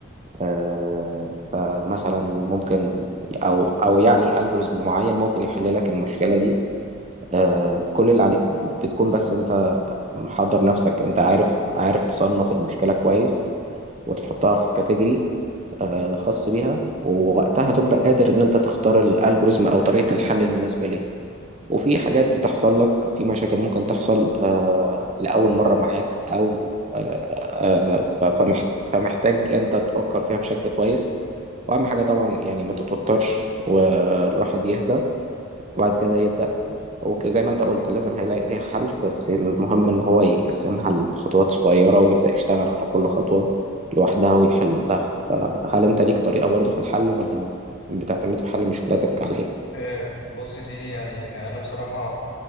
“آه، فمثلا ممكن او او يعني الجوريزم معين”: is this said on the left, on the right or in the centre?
Right